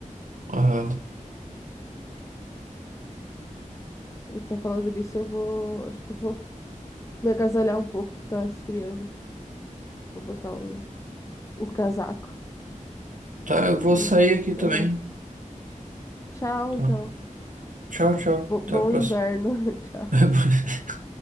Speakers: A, on the right; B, on the left.
A: aham.
B: Eu tá falando disso, eu vou, acho que eu vou me agasalhar um pouco que tá esfriando, vou botar um, um casaco.
A: Tá, eu
B: E-
A: vou sair aqui também.
B: Aham. Tchau,
A: Tá.
B: então.
A: Tchau, tchau.
B: Bo- bom
A: Até a próxima.
B: inverno. <laughs> Tchau.
A: Uhum.